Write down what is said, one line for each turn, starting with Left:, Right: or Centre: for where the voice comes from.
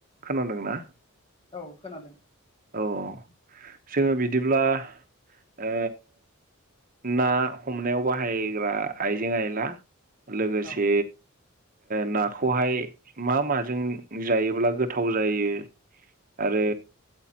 Right: खोनादों ना?
Left: औ खोनादों।
Right: औ जोङो बिदिब्ला ओ ना हमनायाव बाहायग्रा आइजें आइला लोगोसे
Left: औ
Right: नाखौहाय मा माजों जायोब्ला गोथाव जायो आरो